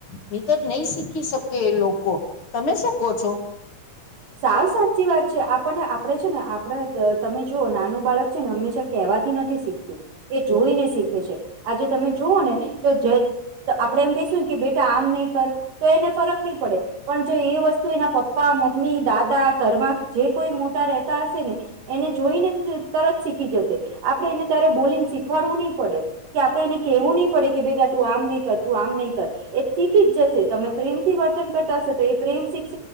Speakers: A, on the left (about 45°); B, on the right (about 80°).
A: <unintelligible> નહી શીખી શકે એ લોકો તમે શું કહો છો?
B: હ સાવ સાચી વાત છે આપણને આપડે છે ને આપડ તમે જોુઓ નાનું બાળક છે ને હંમેશા કેવાય વાથી નથી શીખતું એ જોઈને શીખે છે આજે તમે જુઓ ને તો તો આપડે એમ કહીશું કે બેટા આમ નહીં કર તો એને ફરક નહી પડે પણ જો એ વસ્તુ એના પપ્પા મમી દાદા ઘરમાં જે કોઈ મોટા રેતા હશે ને એને જોઈ ને તરત શીખી જશે. આપડણે એને ત્યારે બોલીને શીખવાડવું નહી પડે કે આપણે એને કેહવું નહી પડે કે બેટા તું આમ નઈ કર તું આમ નહી. <unintelligible> જ જશે તમે પ્રેમથી વર્તન કરતા હો તો એ પ્રેમ શીખ